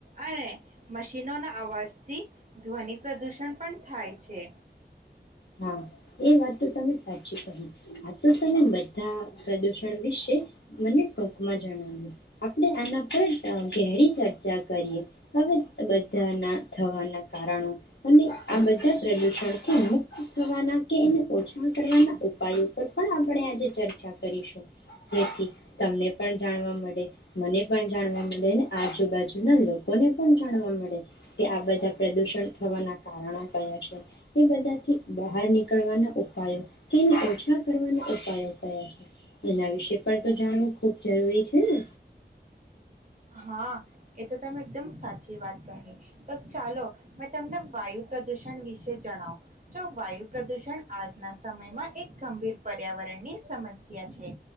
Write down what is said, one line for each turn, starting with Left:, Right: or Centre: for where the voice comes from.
Right: અને મશીનોના અવાજથી ધ્વનિ પ્રદુષણ પણ થાય છે.
Left: હા એ વા તમે સાચી ક આ તો તમે બધા પ્રદૂષણ વિશે મને ટૂંકમાં જણાવ્યું આપણે આના પર ઘેરી ચર્ચા કરીએ હવે બધાના થવાના કારણો અને આ બધા પ્રદૂષણથી મુક્ત થવાના છા કરવાના ઉપાય ઉપર પણ આપણે આજે ચર્ચા કરીશું જેથી તમને પણ જાણવા મળે મને પણ જાણવા મળે અને આજુબાજુના લોકોને પણ જાણવા મળે કે આ બધા પ્રદુષણ થવાના કારણો કયા છે એ બધાથી બહાર ની ના ઉપાયો ઓછા કરવાના ઉપાયો કયા છે એના વિશે પણ તો જાણવું ખૂબ જરૂરી છે ને
Right: હા એ તો તમે એકદમ સાચી વાત કહી તો ચાલો મેં તમને વાયુ પ્રદુષણ વિશે જણાવ જો વાયુ પ્રદુષણ આજના સમયમાં એક ગંભીર પર્યાવરણની સમસ્યા છે